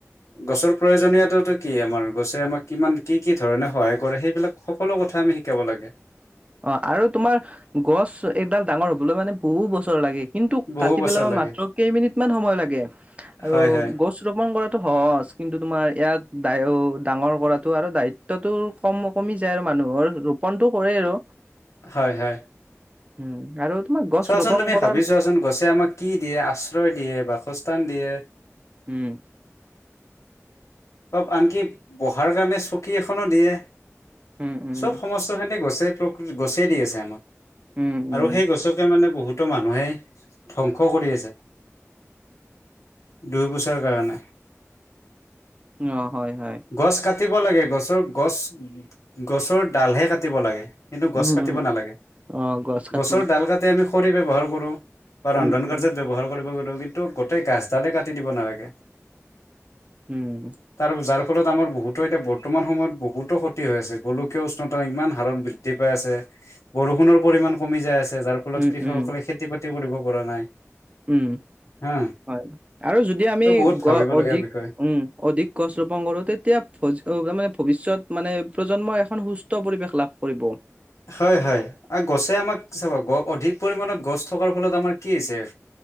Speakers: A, on the left (about 70°); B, on the right (about 25°).
A: গছৰ প্ৰয়োজনীয়তাটো কি আমাৰ গছে আমাক কিমান কি কি ধৰণে সহায় কৰে সেইবিলাক সকলো কথা আমি শিকাব লাগে।
B: অ আৰু তোমাৰ গছ এডাল ডাঙৰ হবলৈ মানে বহুত বছৰ লাগে কিন তু
A: বহু
B: কাটি
A: বছৰ
B: পেলাব
A: লাগে
B: মাত্ৰ কেইমিনিটমান সময় লাগে আৰু
A: হয় হয়
B: গছ ৰোপণ কৰাটো সহজ কিন্তু তোমাৰ ইয়াক ডায়ো ডাঙৰ কৰাটো আৰু দায়িত ত্বটো কম কমি যায় আৰু মানুহৰ ৰোপণটো কৰে আৰু।
A: হয় হয়।
B: উম আৰু তোমাৰ গছ
A: চোৱাচোন
B: ৰোপন
A: তুমি
B: কৰাৰ
A: ভাবি চোৱাচোন গছে আমাক কি দিয়ে? আশ্ৰয় দিয়ে, বাসস্থান দিয়ে।
B: উম।
A: বা আনকি বহাৰ কাৰণে চকী এখনো দিয়ে।
B: উম উম
A: চব সমস্তখিনতে গছে তোক ওম গছে দি আছে আমাক।
B: উম
A: আৰু
B: উম
A: সেই গছকে মানে বহুত টো মানুহেই ধ্বংস কৰি আছে, দুই পইচাৰ কাৰণে।
B: অ হয় হয়।
A: গছ কাটিব লাগে, গছৰ গছ গছৰ ডালহে কাটিব লাগে। কিন্তু গছ
B: উম
A: কাটিব
B: উম
A: নালাগে।
B: অ গছ কাটিব
A: গছৰ
B: না
A: ডাল কাটি আমি খৰি ব্যৱহাৰ কৰোঁ বা ৰন্ধন
B: উম উম
A: কাৰ্যত ব্যৱহাৰ কৰিব পাৰোঁ কিন্তু গোটেই গাছডালে কাটি দিব নালাগে।
B: উম।
A: কাৰণ যাৰ ফলত আমাৰ বহুতো এতিয়া বৰ্তমান সময়ত বহুতো ক্ষতি হৈ আছে গোলকীয় উষ্ণতা ইমান হাৰণ বৃদ দ্ধি পাই আছে, বৰষুণৰ পৰিমাণ কমি যায় আছে যাৰ ফলত
B: উম
A: কৃষকসকলে
B: উম
A: খেতি - বাতি কৰিব পৰা নাই।
B: উম,
A: হা
B: হয় আৰু যদি আমি
A: ত বহুত
B: গ
A: ভাবিবলগীয়া
B: অধিক
A: বিষয়
B: উম অধিক গছ ৰোপণ কৰোঁ তেতিয়া <unintelligible> ভৱিষ্যত মানে প্ৰজন্ম এখন সুস ত পৰিৱেশ লাভ কৰিব।
A: হয় হয় আৰু গছে আমাক চাব গ অধিক পৰিমাণত গছ থকাৰ ফলত আমাৰ কি হৈছে?